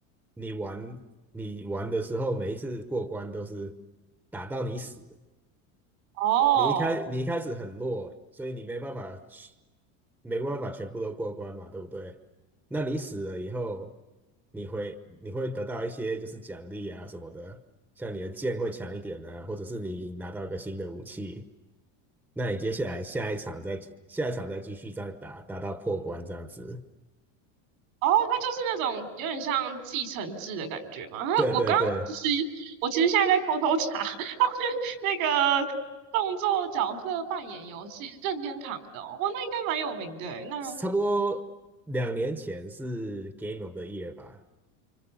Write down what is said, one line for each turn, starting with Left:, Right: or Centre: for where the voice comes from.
Centre: 你玩你玩的时候，每一次过关都是打到你死。
Right: 哦。
Centre: 你一开你一开始很弱，所以你没办法没办法全部都过关嘛，对不对？那你死了以后，你会你会得到一些就是奖励啊什么的，像你的剑会强一点啊，或者是你拿到一个新的武器，那你接下来下一场再下一场再继续再打，打到破关这样子。
Right: 哦，它就是那种有点像继承制的感觉嘛。啊我刚刚其实，
Centre: 对对对，
Right: 我其实现在在偷偷查，<laughs> 它是那个动作角色扮演游戏任天堂的哦，哇那应该蛮有名的诶那
Centre: 差不多两年前是 Game of the Year 吧。